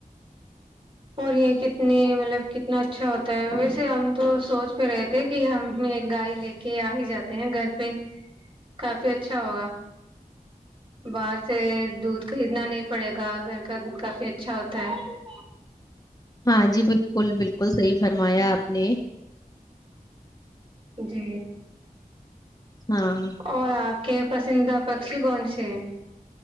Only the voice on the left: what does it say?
ہاں جی بالکل بالکل صی فرمایا آپ نے
ہاں <inaudible>